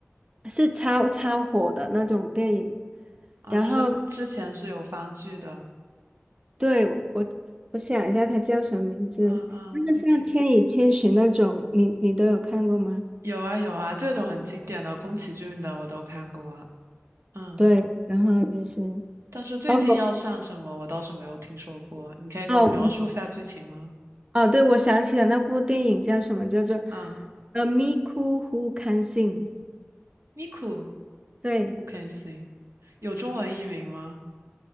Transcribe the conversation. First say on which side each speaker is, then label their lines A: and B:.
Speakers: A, on the right; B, on the right.
A: 是超超火的那种电影，
B: 啊，
A: 然后
B: 就是之前是有番剧的。
A: 对我我我想一下它叫什么名字，
B: 嗯嗯，
A: 就是像《千与千寻》那种，
B: 你可
A: 你你都有看过吗？
B: 有啊有啊，这种很经典的宫崎骏的我都看过啊嗯，
A: 对，然后就是
B: 但是最近要上什么我倒是没有听说过，
A: 哦
B: 你可以给我描述一下剧情吗？
A: 哦哦，对，我想起了那部电影叫什么，叫做
B: 嗯。
A: 《呃咪咕 Who Can Sing》，
B: Miku，Who
A: 对，
B: can sing？有中文译名吗